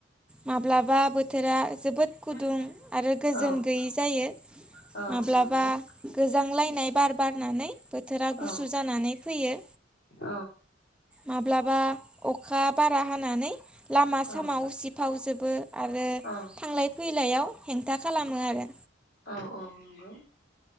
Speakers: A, in the centre; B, on the left (about 50°).
A: माब्लाबा बोथ बोथोरा जोबोद गुदुं
B: औ
A: आरो गोजोन
B: औ
A: गैयै जायो
B: औ
A: माब्लाबा
B: नंगौ
A: गोजांलायनाय बार बारनानै बोथोरा
B: औ
A: गुसु जानानै फैयो।
B: औ
A: माब्लाबा अखा बारा हानानै लामा
B: औ
A: सामा उसिफावजोबो। आरो
B: औ
A: थांलाय फैलायाव हेंथा खालामो आरो।
B: औ औ नंगौ।